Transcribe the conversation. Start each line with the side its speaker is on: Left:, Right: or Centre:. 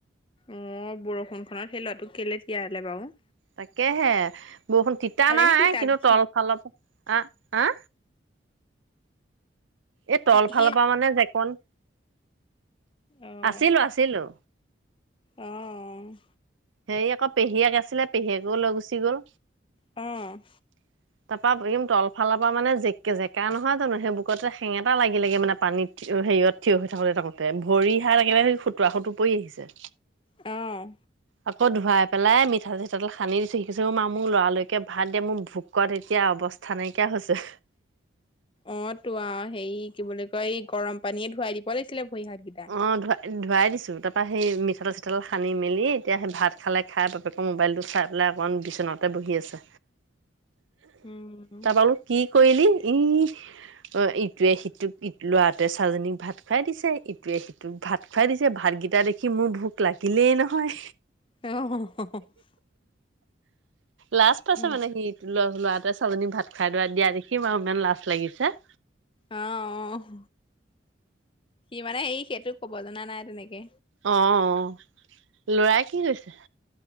Left: অ' বৰষুণখনত সেই লৱাটোক কেলে তিয়ালে বাৰু।
Right: তাকেহে বৰষুণ তিতা
Left: পালে
Right: নাই
Left: নেকি তাক
Right: কিন্তু তল
Left: সি
Right: ফাল প আ', আ' এ
Left: সি
Right: তল
Left: সি
Right: ফালৰ পৰা মানে জেকন
Left: অ',
Right: আছিলোঁ, আছিলোঁ।
Left: অ'
Right: হেৰি আকৌ পেহীয়েক আছিলে পেহীয়েকো লৈ গুচি গ'ল।
Left: অ'
Right: <inaudible> তাপা এইকেইদিন তলফালৰ পৰা মানে জেকে জেকা নহয় জানো সেই বুকতে সেঙেতা লাগি লেগে মানে পানীত। হেৰিয়ত থিয় হৈ থাকোতে থাকোতে ভৰি হাত একেবাৰে সেই সুতুৰা সুতুৰ পৰি আহিছে।
Left: অ'
Right: আকৌ ধুৱাই পেলাই মিঠাতেল চিঠাতেল সানি দিছো। সি কৈছে অ' মা মোক লৰা-লৰিকে ভাত দে মোৰ ভোক ভোকত এতিয়া অৱস্থা নাইকিয়া হৈছে।
Left: অ'তো আ হেৰি কি বুলি কয় এই গৰম পানীয়ে ধোৱাই দিব লাগিছিলে ভৰি হাতগিটা।
Right: অ' ধু-ধুৱাই দিছোঁ তাৰপা সেই মিঠাতেল চিঠাতেল সানি মেলি এতিয়াহে ভাত খালে খাই বাপেক মোবাইলটো চাই পেলাই অকণমান বিচনাতে বহি আছে।
Left: উম,
Right: তাৰপা বোলো কি কৰিলি ই অ', ইটোৱে সিটোক ই ল'ৰাটোৱে ছোৱালীজনীক ভাত খুৱাই দিছে ই ইটোৱে সিটোক ভাত খুৱাই দিছে। ভাতগিটা দেখি মোৰ ভোক লাগিলেই নহয়।
Left: <unintelligible>
Right: লাজ পাইছে
Left: অ
Right: মানে সি ল'ৰাটোৱে ছোৱালীজনীক ভাত খাই দৰা দিয়া দেখি আৰু ইমান লাজ লাগিছে।
Left: অ' অ' সি মানে সেই সেইটো ক'ব জনা নাই তেনেকে।
Right: অ' অ', ল'ৰাই কি কৈছে?